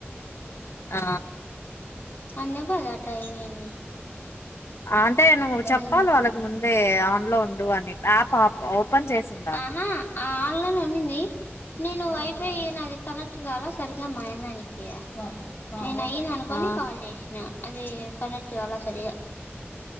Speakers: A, on the left (about 80°); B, on the left (about 50°).
A: ఆ
B: అందుకే అది అట్లా అయిపోయింది
A: అంటే నువ్వు
B: సోమవారం
A: చెప్పాలి
B: అయితే
A: వాళ్ళకు
B: పోవచ్చు
A: ముందే ఆన్లో ఉండు అని యాప్ ఆఫ్ ఓపెన్ చేసుండాలి
B: ఆ ఆన్లైన్ లో ఉండింది నేను వై వైఫై నాది కనెక్ట్ కాలే సరిగా మా ఆయన దానికి నేను అయ్యింది అనుకోని
A: ఆ
B: కాల్ చేసినా అది కనెక్ట్ కాలే సరిగా